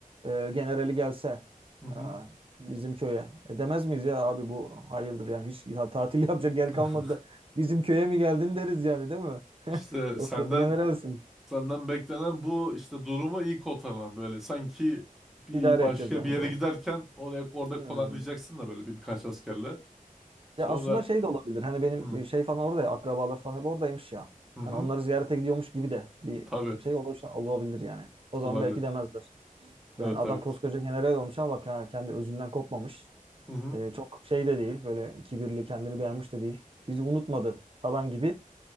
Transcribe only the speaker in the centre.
Hı hı.
<laughs>
İşte
senden
senden beklenen bu işte durumu iyi kotarman böyle sanki bir
başka
bir yere
giderken oraya orada
konaklayacaksın da böyle bir, birkaç askerle. Sonra
hı
hı hı
tabii
olabilir.
Evet
evet.
Hı hı